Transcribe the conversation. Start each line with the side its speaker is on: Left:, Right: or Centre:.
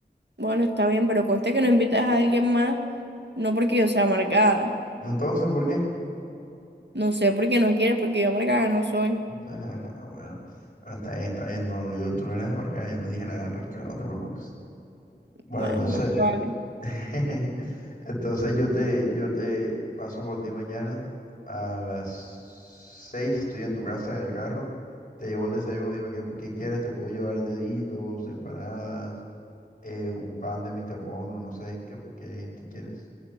Right: Bueno, está bien, pero conste que no invitas a alguien más, no porque yo sea amargada.
Left: Entonces, ¿por qué? <laughs>
Right: No sé por qué no quieres, porque yo amargada no soy.
Left: Bueno, bueno, está bien, está bien. No, yo, tú no eras amargada, yo no dije nada, tranquilo, no te preocupes. Bueno,
Right: Bueno,
Left: entonces.
Right: más que vale.
Left: <laughs> Entonces yo te, yo te paso por ti mañana a las seis, estoy en tu casa en el carro, te llevo el desayuno, dime qué, qué quieres, te puedo llevar deditos, empanadas, eh, un pan de Mr. Bono, no sé, qué, qué, qué quieres.